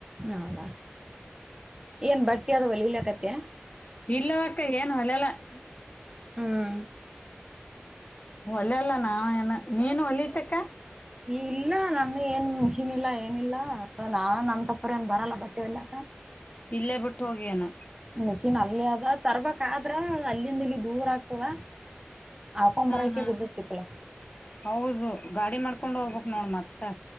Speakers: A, on the right; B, on the left.
A: ಹೌದಾ ಏನ್ ಬಟ್ಟೆ ಅದವ ಒಲಿಲ್ಕತ್ಯ
B: ಇಲ್ಲವಕ್ಕ ಏನ್ ಹೊಲೆಲ್ಲ <inaudible>
A: ಹ್ಮ್
B: ಒಲ್ಲೆಲ್ಲಾ ನಾ ನೀನು ವಲಿತಕ್ಕ
A: ಇಲ್ಲ ನನ್ ಏನ್ ಮಿಷಿನ್ ಇಲ್ಲ ಏನಿಲ್ಲ ನಾನ್ ನನ್ ತಪ್ಪರ ಏನ್ ಬರಲ್ಲ ಬಟ್ ಲ್ಲ
B: ಇಲ್ಲೇ ಬಿಟ್ಟು ಹೋಗಿಯನ
A: ಮೆಷನ್ ಅಲ್ಲಿ ಅದ ತರ್ಬಕ್ ಆದ್ರ ಅಲ್ಲಿಂದಲ್ಲಿ ದೂರ ಆಗ್ತದ ಹಾಕೊಂಡ್
B: ಹ್ಮ
A: ಬರಕೆ
B: ಹಾ
A: ಬಿದ್ದತಿಪ್ಪಲ
B: ಹೌದು ಗಾಡಿ ಮಾಡ್ಕೊಂಡ್ ಹೋಗ್ಬೇಕ ನುಡು ಮತ್ತೆ